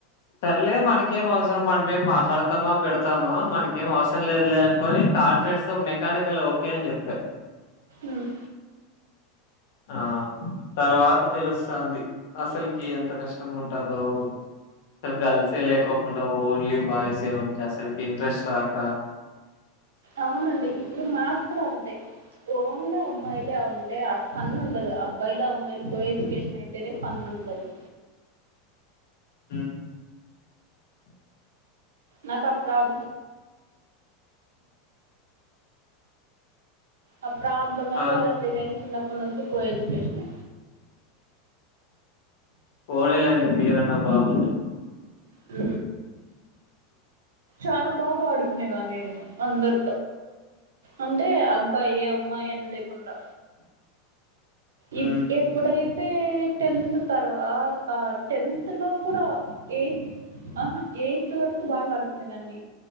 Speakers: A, on the left; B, on the right.
A: సర్లే మనకేం అవసరం మనేం మాట్లాడతామా పెడుతామా మనకు ఏం అవసరం లేదులే అనుకోని కాన్ఫిడెన్స్తో మెకానికల్ ఓకే అని చెప్పా
B: ఉమ్
A: ఆ తర్వాత తెలుస్థంది అసలుకి ఎంత కష్టంగ ఉంటదో అసలు గర్ల్సే లేకోకుండా ఓన్లీ బాయ్సే ఉంటాయి అసలుకి ఇంట్రెస్ట్ రాక
B: అవునండి ఇప్పుడు మాక్ కూడా అంతే ఓన్ లీ అమ్మాయిలే ఉంటే ఆ ఫన్ ఉండదు అబ్బాయిలో మరి కో ఎజ్యుకేషన్ అయితే నె ఫన్ ఉంటది
A: ఉ
B: నాకా ప్రాబ్లం ఆ ప్రాబ్లమే
A: ఆ
B: లేదండి నేను చిన్నప్పటి నుంచి కో ఎడ్యుకేషన్
A: పోనీలేండి మీరన్న బాగుండ
B: ఉ చానా బాగ ఆడుకునేదాన్ని నేను అందరు అంటే అబ్బాయి అమ్మాయి అని లేకుండా ఇప్
A: మ్
B: ఎప్ ఇప్పుడైతే టెన్త్ తర్వాత టెన్త్ లో కూడ ఎయిత్ అహా ఎయిత్ వరకు బాగా అడుకునేదాన్ని